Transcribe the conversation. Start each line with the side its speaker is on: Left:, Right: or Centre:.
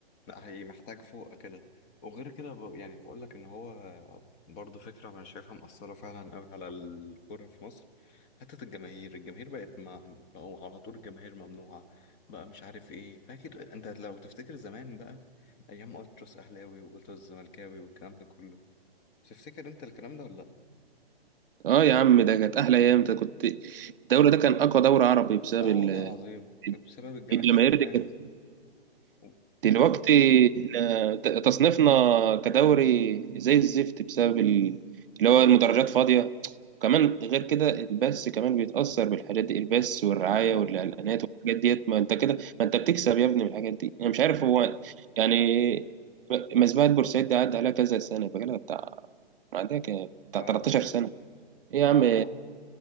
Left: لا هي محتاج فوق كده وغير كده ب... يعني بقول لك ان هو برضه فكره انا شايفها مأثره فعلا قوي على الكوره في مصر حته الجماهير الجماهير بقت ما بقوا على طول الجماهير ممنوعه بقى مش عارف ايه فاكر انت لو تفتكر زمان بقى ايام التراس اهلاوي والتراس زملكاوي والكلام ده كله تفتكر انت الكلام ده ولا لا
Right: اه يا عم ده كانت أحلى أيام ده كنت الدوري ده كان أقوى دوري عربي بسبب
Left: اه
Right: ال-
Left: والله العظيم بسبب الجماهير
Right: الجماهير
Left: فاهم
Right: دي كانت
Left: و...
Right: دلوقتي
Left: وكو-
Right: إحنا ت- تصنيفنا كدوري زي الزفت بسبب ال- اللي هو المدرجات فاضية وكمان غير كده البث كمان بيتأثر بالحاجات دي البث والرعاية
Left: صح
Right: والإعلانات والحاجات ديت ما انت كده ما انت بتكسب يا ابني من الحاجات دي انا مش عارف هو يعني مسبحة بورسعيد دي عدى عليها كذا سنة بقالها بتاع عندها بتاع
Left: اه
Right: 13
Left: اه
Right: سنة ايه يا
Left: آه،
Right: عم
Left: لا